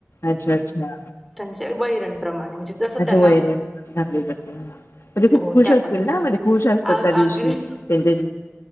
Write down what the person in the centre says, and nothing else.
त्यांच्या वैरणीप्रमाणे म्हणजे जसं
त्यांना
हो
त्या
पद्धती
आ
आगरी